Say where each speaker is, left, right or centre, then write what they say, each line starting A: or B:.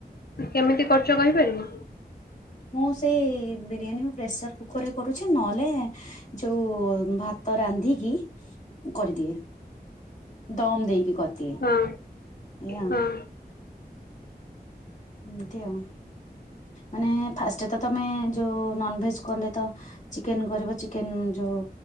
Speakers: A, on the left; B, on the left.
A: କେମିତି କରୁଚ୍ କହିପାରିବ?
B: ମୁଁ ସେଇ ବିରିୟାନୀ କୁ ପ୍ରେସର କୁକର ରେ କରୁଛି ନହେଲେ ଯୋଉ ଭାତ ତ ରାନ୍ଧିକି କରିଦିଏ ଦମ ଦେଇକି କରିଦିଏ ଏୟା
A: ହଁ
B: ଆଉ।
A: ହଁ
B: ଏମତି ଆଉ, ମାନେ ଫାଷ୍ଟ ତ ତମେ ଯୋଉ ନନଭେଜ କଲେ ତ ଚିକେନ କରିବ ଚିକେନ ଯୋଉ